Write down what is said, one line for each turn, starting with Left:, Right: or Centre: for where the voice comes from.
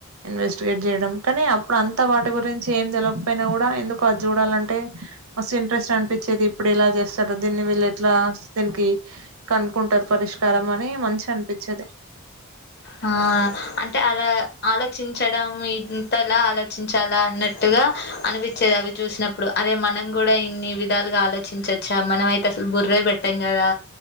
Right: ఇన్వెస్టిగేట్ చేయడం కానీ అప్పుడు అంతా వాటి గురించి ఏం తెలవకపోయినా కూడా డా ఎందుకొ అది చూడాలంటే మస్తు ఇంట్రెస్ట్ అనిపించేది ఇప్పుడు ఇలా చేస్తారు దీన్ని వీళ్ళు ఎట్లా దీనికి కనుక్కుంటారు పరిష్కారం అని మంచి అనిపించేది
Left: హ అంటే అలా ఆలోచించడం ఇంతలా ఆలోచించాలా అన్నట్టుగా ర అనిపించేది అవి చూసినప్పుడు అదే మనం కూడా ఇన్ని విధాలుగా ఆలోచించచ్చా మనం అయితే అసలు గుర్రే పెట్టాం కదా